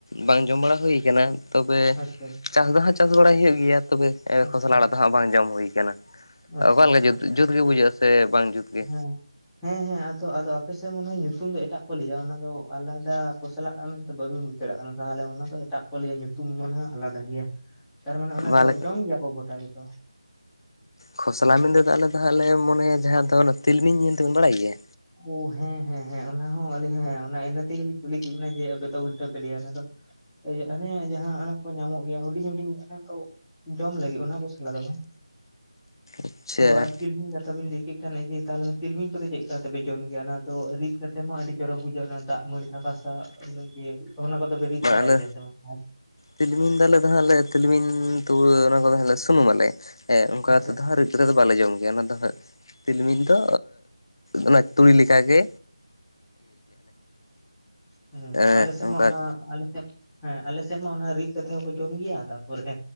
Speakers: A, on the left (about 50°); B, in the centre.
A: ᱵᱟᱝ ᱡᱚᱢ ᱵᱟᱲᱟ ᱦᱩᱭᱩ ᱠᱟᱱᱟ, ᱛᱚᱵᱮ
B: ᱟᱪᱪᱷᱟ
A: ᱪᱟᱥ ᱫᱚ ᱦᱟᱸᱜ ᱪᱟᱥ ᱵᱟᱲᱟᱭ ᱦᱩᱭᱩᱜ ᱜᱮᱭᱟ ᱛᱚᱵᱮ
B: ᱟᱪᱪᱷᱟ
A: ᱠᱷᱚᱥᱚᱞ ᱟᱲᱟᱜ ᱫᱚ ᱦᱟᱸᱜ ᱵᱟᱝ ᱡᱚᱢ ᱦᱩᱭᱩᱭ ᱠᱟᱱᱟ᱾
B: ᱟᱪᱪᱷᱟ
A: ᱚᱠᱟᱞᱮ
B: ᱟᱪᱪᱷᱟ
A: ᱡᱩᱛ ᱜᱮ ᱵᱩᱡᱷᱟᱹᱜᱼᱟ ᱥᱮ ᱵᱟᱝ ᱡᱩᱛ ᱜᱮ
B: ᱦᱮᱸ᱾ ᱦᱮᱸ ᱦᱮᱸ ᱟᱫᱚ ᱟᱫᱚ ᱟᱯᱮᱥᱮᱫ ᱢᱚᱱᱮ ᱦᱚᱭ ᱧᱩᱛᱩᱢ ᱫᱚ ᱮᱴᱟᱜ ᱠᱚ ᱞᱟᱹᱭᱟ ᱚᱱᱟᱫᱚ ᱟᱞᱟᱫᱟ ᱠᱚᱥᱞᱟ ᱟᱲᱟᱜ ᱢᱮᱱᱛᱮ ᱵᱟᱹᱵᱤᱱ ᱵᱩᱡ ᱫᱟᱲᱮᱭᱟᱜ ᱠᱟᱱᱟ ᱛᱟᱦᱚᱞᱮ ᱚᱱᱟ ᱫᱚ ᱮᱴᱟᱜ ᱠᱚᱞᱭᱟ ᱧᱩᱛᱩᱢ ᱢᱚᱱᱮ ᱦᱚᱭ ᱟᱞᱟᱫᱟ ᱜᱮᱭᱟ᱾ ᱛᱟᱨᱢᱟᱱᱮ ᱚᱱᱟ
A: ᱵᱟᱞᱮ
B: ᱫᱚ ᱡᱚᱢ ᱜᱮᱭᱟ ᱠᱚ ᱜᱚᱴᱟ ᱜᱮᱛᱚ?
A: ᱠᱷᱚᱥᱞᱟ
B: ᱦᱮᱸ
A: ᱢᱮᱱ ᱛᱮᱫᱚ ᱟᱞᱮ ᱫᱚ ᱦᱟᱸᱜ ᱞᱮ ᱢᱚᱱᱮᱭᱟ ᱡᱟᱦᱟᱸ ᱫᱚ ᱛᱤᱞᱢᱤᱧ ᱢᱮᱱ ᱛᱮᱵᱮᱱ ᱵᱟᱲᱟᱭ ᱜᱮᱭᱟ?
B: ᱳ ᱦᱮᱸ ᱦᱮᱸ ᱦᱮᱸ ᱚᱱᱟ ᱦᱚᱸ ᱟᱹᱞᱤᱧ ᱦᱮᱸ ᱚᱱᱟ ᱤᱱᱟᱹ ᱛᱮᱜᱮᱞᱤᱧ ᱠᱩᱞᱤ ᱠᱮᱫ ᱵᱮᱤᱱᱟ ᱡᱮ ᱟᱯᱮ ᱛᱚ ᱩᱞᱴᱟᱹ ᱯᱮ ᱞᱭᱟ ᱚᱱᱟ ᱫᱚ᱾ ᱤᱭᱟᱹ ᱦᱟᱱᱮ ᱡᱟᱦᱟᱸ ᱚᱱᱮ ᱠᱚ ᱧᱟᱢᱚᱜ ᱜᱮᱭᱟ ᱦᱩᱰᱤᱧ ᱦᱩᱰᱤᱧ <unintelligible> ᱫᱚ ᱡᱚᱢ ᱞᱟᱹᱜᱤᱫ ᱚᱱᱟ ᱠᱚ ᱠᱚᱥᱟᱞᱟ ᱫᱚ ᱵᱟᱝ,
A: ᱟᱪᱪᱷᱟ
B: ᱚ ᱟᱨ ᱛᱤᱞᱢᱤᱧ ᱠᱟᱛᱷᱟ ᱵᱤᱱ ᱞᱟᱹᱭ ᱠᱮᱫ ᱠᱷᱟᱱ ᱤᱭᱟᱹ ᱛᱟᱦᱚᱞᱮ ᱛᱤᱞᱢᱤᱧ ᱠᱚᱫᱚ ᱪᱮᱫ ᱠᱟ ᱠᱟᱛᱮ ᱯᱮ ᱡᱚᱢ ᱜᱮᱭᱟ ᱚᱱᱟ ᱫᱚ ᱨᱤᱫ ᱠᱟᱛᱮ ᱢᱟ ᱟᱹᱰᱤ ᱪᱚᱨᱚᱠ ᱵᱩᱡᱷᱟᱹᱜᱼᱟ ᱚᱱᱟ ᱫᱟᱜ ᱢᱟᱹᱲᱤ ᱫᱠᱟ ᱥᱟᱜ ᱚᱱᱟ ᱠᱚᱫᱚ ᱠᱚ ᱯᱮ ᱨᱤᱫ
A: ᱵᱟᱝ
B: ᱵᱟᱲᱟᱭ
A: ᱟᱞᱮ
B: ᱜᱮᱭᱟ ᱥᱮ ᱵᱟᱝ?
A: ᱛᱤᱞᱢᱤᱧ ᱫᱟᱞᱮ ᱫᱚ ᱦᱟᱸᱜ ᱞᱮ ᱛᱤᱞᱢᱤᱧ ᱛᱩᱣᱟᱹ ᱚᱱᱟ ᱠᱚᱫᱚ ᱦᱟᱸᱜ ᱞᱮ ᱥᱩᱱᱩᱢ ᱟᱞᱮ᱾ ᱦᱮᱸ ᱚᱱᱠᱟᱛᱮᱫ
B: ᱟᱪᱪᱷᱟ ᱦᱮᱸ
A: ᱦᱟᱸᱜ ᱨᱤᱫ ᱨᱮ ᱫᱚ ᱵᱟᱞᱮ ᱡᱚᱢ ᱜᱮᱭᱟ ᱚᱱᱟ ᱫᱚ ᱦᱟᱸᱜ ᱛᱤᱞᱢᱤᱧ ᱫᱚ ᱚᱱᱟ ᱛᱩᱲᱤ ᱞᱮᱠᱟ ᱜᱮ
B: ᱦᱩᱸ ᱩᱸ
A: ᱮᱸ
B: ᱟᱞᱮ ᱥᱮᱫ
A: ᱚᱱᱠᱟ
B: ᱢᱟ ᱚᱱᱟ ᱟᱞᱮ ᱥᱮ ᱦᱮᱸ ᱟᱞᱮᱥᱮᱫ ᱢᱟ ᱚᱱᱟ ᱨᱤᱫ ᱠᱟᱛᱮᱜ ᱦᱚᱸᱠᱚ ᱡᱚᱢ ᱜᱮᱭᱟ ᱛᱟᱯᱚᱨᱮ